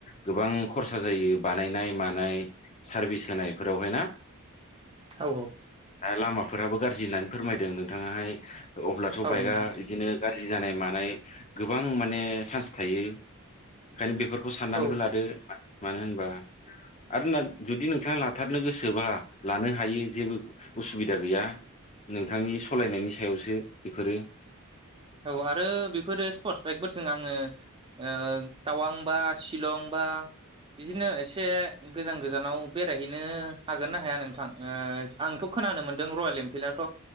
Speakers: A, on the left; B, on the right.
A: गोबां खरसा जायो बानायनाय मानाय सारभिस होनायफोरावहाय ना
B: औ औ
A: दा लामाफोराबो गाज्रि होननानै फोरमायदों नोंथाङाहाय अब्लाथ'
B: औ
A: बाइकआ
B: औ नोंथां
A: बिदिनो गाज्रि जानाय मानाय गोबां माने चान्स थायो ओंखायनो बेफोरखौ साननानैबो
B: औ
A: लादो। मानो होनबा
B: <inaudible>
A: आरो नों जुदि नोंथाङा लाथारनो गोसोब्ला लानो हायो जेबो उसुबिदा गैया नोंथांनि सालायनायनि सायावसो बेफोरो
B: औ आरो बेफोरो स्पर्टस बाइकफोरजों आङो ओ तावांबा शिलं बा बिदिनो एसे गोजान गोजानाव बेरायहैनो हागोन ना हाया नोंथां ओ आंथ' खोनानो मोनदों रयेल एनफिल्डआथ' ओ